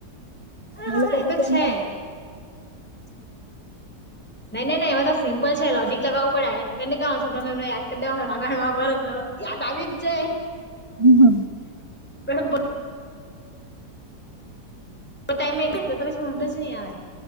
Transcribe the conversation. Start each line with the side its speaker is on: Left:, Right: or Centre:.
Centre: હા
Right: એ
Centre: હા
Right: લોકો
Centre: હા
Right: તો ત્યાં
Centre: છે
Right: હમણાં
Centre: નઈ નઈ નહી એમા તો સિમ્પલ છે. લોજીક લગાવુ પડે. <unintelligible> એને કય છોમને યાદ કરી દે <unintelligible> રામયણ મહાભારતમાં યાદ આવી જ જાય
Right: હમ હમ.
Centre: <unintelligible> તો ટાઈમે તો પછી વાંધો જ નહીં આવે.